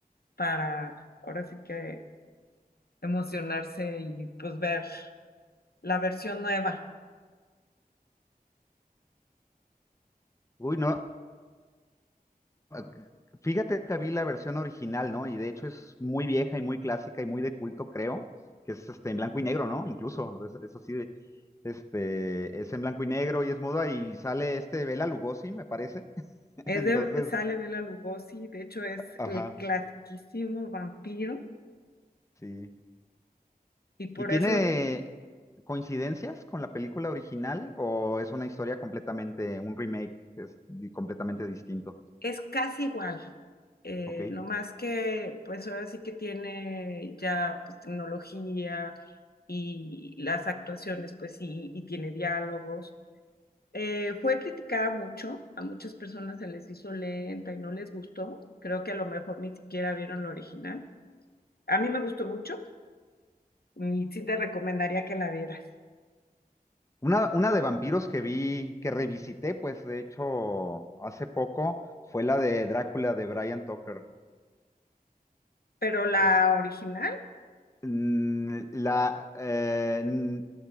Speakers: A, on the left; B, on the left.
A: para ahora sí que emocionarse y pues ver la versión nueva.
B: Uy, no, Ah, Fíjate que vi la versión original, ¿no? Y de hecho es muy vieja y muy clásica y muy de culto, creo, que es este en blanco y negro, ¿no? Incluso es, es así de, este, es en blanco y negro y es muda y sale este Bela Lugosi, me parece. <laughs>
A: Es
B: Entonces,
A: de, sale Bela Lugosi, de hecho es
B: ajá,
A: el clasiquísimo vampiro
B: sí.
A: y por
B: ¿Y tiene
A: eso
B: coincidencias con la película original o es una historia completamente, un remake que es di- completamente distinto?
A: Es casi igual, eh,
B: ¿Ok?
A: no más que pues ahora sí que tiene ya pues tecnología y las actuaciones pues sí, y tiene diálogos. Eh, fue criticada mucho, a muchas personas se les hizo lenta y no les gustó, creo que a lo mejor ni siquiera vieron la original. A mí me gustó mucho y sí te recomendaría que la vieras,
B: Una, una de vampiros que vi, que revisité, pues de hecho hace poco, fue la de Drácula de Brian Tucker.
A: pero la
B: Es,
A: original,
B: mm, la, eh, mm,